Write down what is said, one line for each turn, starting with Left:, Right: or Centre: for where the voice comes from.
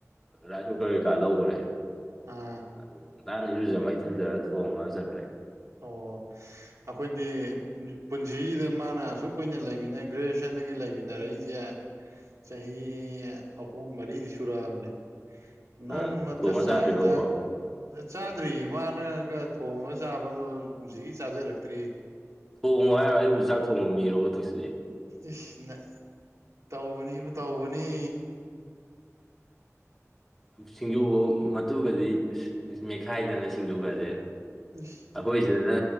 Centre: ꯔꯥꯏꯁ ꯀꯨꯀꯔ ꯀꯩꯀꯥ ꯂꯈꯔꯦ
Right: ꯑꯥ
Centre: ꯑꯗꯨ ꯀꯥꯟꯅꯤꯔꯨꯖ ꯃꯥꯏꯊꯥꯖꯔꯒ ꯊꯣꯡꯉꯒ ꯆꯠꯈ꯭ꯔꯦ
Right: ꯑꯣ ꯑꯩꯈꯣꯏꯗꯤ ꯄꯨꯟꯁꯤꯁꯤꯗ ꯃꯥꯅ ꯑꯁꯨꯛ ꯀꯨꯏꯅ ꯂꯩꯃꯤꯟꯅꯩ ꯒ꯭ꯔꯦꯖꯨꯋꯦꯁꯟꯗꯒꯤ ꯂꯩꯃꯤꯟꯅꯔꯛꯏ ꯆꯍꯤ ꯑꯍꯨꯝ ꯃꯔꯤꯗꯤ ꯁꯨꯔꯛꯑꯕꯅꯦ
Centre: ꯑꯥ
Right: ꯅꯣꯡꯃꯇ
Centre: ꯊꯣꯡꯉ
Right: ꯆꯥꯛ
Centre: ꯆꯥꯗ꯭ꯔꯤꯕ
Right: ꯏꯟꯁꯥꯡ
Centre: ꯑꯃꯨꯛꯐꯥꯎ
Right: ꯆꯥꯗ꯭ꯔꯤꯌꯦ ꯃꯥꯅꯒ ꯊꯣꯡꯉꯒ ꯆꯥꯕ ꯑꯗꯣ ꯁꯤꯒꯤ ꯆꯥꯖꯔꯛꯇ꯭ꯔꯤꯌꯦ
Centre: ꯊꯣꯡꯉꯣ ꯍꯥꯏꯔꯒ ꯑꯩꯕꯨ ꯆꯥꯛ ꯊꯣꯡꯕ ꯃꯤꯔꯒ ꯇꯧꯁꯜꯂꯛꯑꯦ
Right: ꯏꯁ ꯅ ꯇꯧꯕꯅꯤꯕꯨ ꯇꯧꯕꯅꯤ
Centre: ꯁꯤꯡꯖꯨꯐꯧ ꯃꯇꯨꯒꯗꯤ ꯃꯦꯠꯈꯥꯏꯗꯅ ꯁꯤꯡꯖꯨꯒꯁꯦ
Right: <unintelligible>
Centre: ꯑꯩꯈꯣꯏ ꯁꯤꯗꯅ